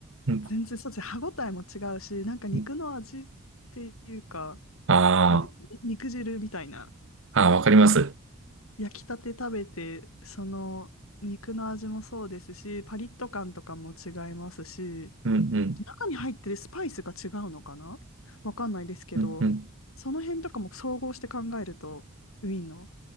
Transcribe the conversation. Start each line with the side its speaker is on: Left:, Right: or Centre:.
Right: うん
Left: 全然、そうですね。歯ごたえも違うし、なんか肉の味っていうか、
Right: うんあー
Left: なんていう、肉汁みたいな。
Right: あー、わかります。
Left: 焼きたて食べて、その、肉の味もそうですし、パリッと感とかも違いますし、
Right: うん、うん、
Left: 中に入ってるスパイスが違うのかなわかんないですけど、
Right: うん、うん、
Left: その辺とかも総合して考えると、ウィーンの